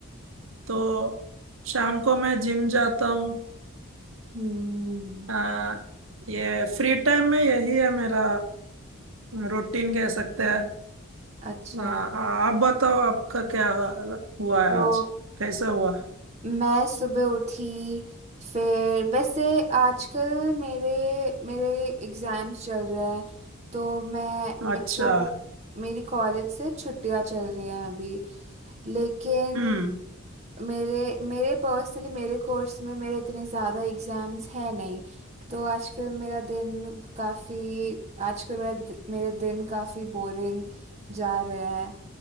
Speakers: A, on the right (about 70°); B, on the right (about 30°).
A: तो शाम को मैं जिम जाता हूँ
B: हम्म,
A: अ, ये फ्री टाइम में यही है मेरा रूटीन कह सकते हैं
B: अच्छा
A: हाँ हाँ, आप बताओ आपका क्या हाल हुआ है
B: तो
A: आज कैसा हुआ
B: मैं सुबह उठी फिर वैसे आजकल मेरे मेरे एग्जाम्स चल रहे हैं तो मैं मेरे
A: अच्छा
B: को मेरी कॉलेज से छुट्टियां चल रही हैं अभी लेकिन
A: हम्म
B: मेरे मेरे पर्सनली मेरे कोर्स में मेरे इतने ज़्यादा एग्जाम्स है नहीं तो आजकल मेरा दिन काफ़ी आजकल मेरा दि- मेरे दिन काफ़ी बोरिंग जा रहे हैं